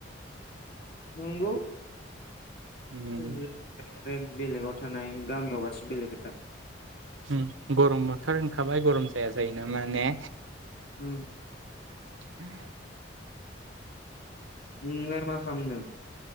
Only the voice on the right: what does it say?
उम
होम गरम बोथोर होनखाबाय गरम जाया जायो नामा ने
<inaudible>